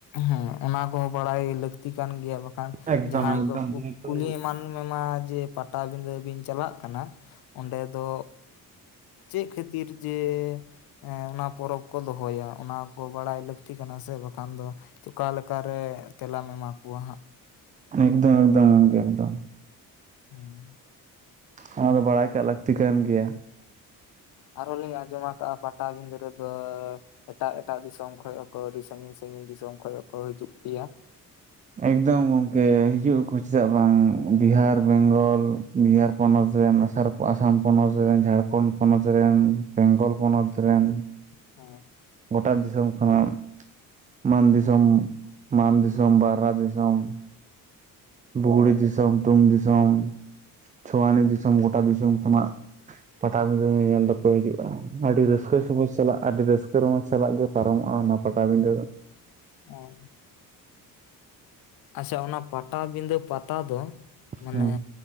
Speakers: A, on the left; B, on the right.
A: ᱦᱮᱸ ᱚᱱᱟ ᱠᱚᱦᱚᱸ ᱵᱟᱲᱟᱭ ᱞᱟᱹᱠᱛᱤ ᱠᱟᱱ ᱜᱮᱭᱟ ᱵᱟᱠᱷᱟᱱ
B: ᱮᱠᱫᱚᱢ
A: ᱡᱟᱦᱟᱸᱭ
B: ᱮᱠᱫᱚᱢ
A: ᱠᱚ ᱠᱩᱠ
B: ᱡᱮᱦᱮᱛᱩ
A: ᱠᱩᱞᱤ ᱮᱢᱟᱱ ᱢᱮᱱᱟ ᱡᱮ ᱯᱟᱴᱟᱵᱤᱫᱟᱹ ᱵᱤᱱ ᱪᱟᱞᱟᱜ ᱠᱟᱱᱟ ᱚᱸᱰᱮ ᱫᱚ ᱪᱮᱜ ᱠᱷᱟᱹᱛᱤᱨ ᱡᱮ ᱮᱸ ᱚᱱᱟ ᱯᱚᱨᱚᱵᱽ ᱠᱚ ᱫᱚᱦᱚᱭᱟ ᱚᱱᱟ ᱠᱚ ᱵᱟᱲᱟᱭ ᱞᱟᱹᱠᱛᱤ ᱠᱟᱱᱟ ᱥᱮ ᱵᱟᱠᱷᱟᱱ ᱫᱚ ᱚᱠᱟ ᱞᱮᱠᱟᱨ ᱨᱮ ᱛᱮᱞᱟᱢ ᱮᱢᱟ ᱠᱚᱣᱟ ᱦᱟᱸᱜ
B: ᱮᱠᱫᱚᱢ ᱮᱠᱫᱚᱢ ᱜᱚᱝᱠᱮ ᱮᱠᱫᱚᱢ ᱾
A: ᱦᱩᱸ ᱾
B: ᱚᱱᱟ ᱫᱚ ᱵᱟᱲᱟᱭ ᱠᱟᱜ ᱞᱟᱹᱠᱛᱤ ᱠᱟᱱ ᱜᱮᱭᱟ ᱾
A: ᱟᱨ ᱦᱚᱸᱞᱤᱧ ᱟᱸᱡᱚᱢ ᱠᱟᱜᱼᱟ ᱯᱟᱴᱟᱵᱤᱫᱟᱹ ᱨᱮᱫᱚ ᱮᱴᱟᱜ ᱮᱴᱟᱜ ᱫᱤᱥᱚᱢ ᱠᱷᱚᱡᱽ ᱦᱚᱸ ᱠᱚ ᱟᱹᱰᱤ ᱥᱟᱺᱜᱤᱧ ᱥᱟᱺᱜᱤᱧ ᱫᱤᱥᱚᱢ ᱠᱷᱚᱡᱽ ᱦᱚᱸ ᱠᱚ ᱦᱤᱡᱩᱜ ᱜᱮᱭᱟ ᱾
B: ᱮᱠᱫᱚᱢ <unintelligible> ᱜᱮ ᱦᱤᱡᱩᱜ ᱟᱠᱚ ᱪᱮᱫᱟᱜ ᱵᱟᱝ ᱵᱤᱦᱟᱨ ᱵᱮᱝᱜᱚᱞ ᱵᱤᱦᱟᱨ ᱯᱚᱱᱚᱛ ᱨᱮᱱ <unintelligible> ᱟᱥᱟᱢ ᱯᱚᱱᱚᱛ ᱨᱮᱱ, ᱡᱷᱟᱠᱷᱚᱸᱱᱰ ᱯᱚᱱᱚᱛ ᱨᱮᱱ, ᱵᱮᱝᱜᱚᱞ ᱯᱚᱱᱚᱛ ᱨᱮᱱ,
A: ᱦᱩᱸ ᱾
B: ᱜᱚᱴᱟ ᱫᱤᱥᱚᱢ ᱠᱷᱚᱱᱟᱜ ᱢᱟᱱ ᱫᱤᱥᱚᱢ, ᱢᱟᱱ ᱫᱤᱥᱚᱢ, ᱵᱟᱨᱦᱟ ᱫᱤᱥᱚᱢ, ᱵᱩᱜᱲᱤ ᱫᱤᱥᱚᱢ, ᱛᱩᱝ ᱫᱤᱥᱚᱢ, ᱪᱷᱳᱣᱟᱱᱤ ᱫᱤᱥᱚᱢ, ᱜᱚᱴᱟ ᱫᱤᱥᱚᱢ ᱠᱷᱚᱱᱟᱜ ᱯᱟᱴᱟᱵᱤᱫᱟᱹ ᱧᱮᱧᱮᱞ ᱫᱚᱯᱮ ᱦᱤᱡᱩᱜᱼᱟ, ᱟᱹᱰᱤ ᱨᱟᱹᱥᱠᱟᱹ ᱥᱩᱵᱩᱫ ᱥᱟᱞᱟᱜᱼᱟ ᱾ ᱟᱹᱰᱤ ᱨᱟᱹᱥᱠᱟᱹ ᱨᱚᱢᱚᱡᱽ ᱥᱟᱞᱟᱜ ᱜᱮ ᱯᱟᱨᱚᱢᱚᱜᱼᱟ ᱚᱱᱟ ᱯᱟᱴᱟᱵᱤᱫᱟᱹ ᱫᱚ
A: ᱚᱸ ᱟᱪᱪᱷᱟ ᱚᱱᱟ ᱯᱟᱴᱟᱵᱤᱫᱟᱹ ᱯᱟᱛᱟ ᱫᱚ ᱢᱟᱱᱮ
B: ᱦᱮᱸ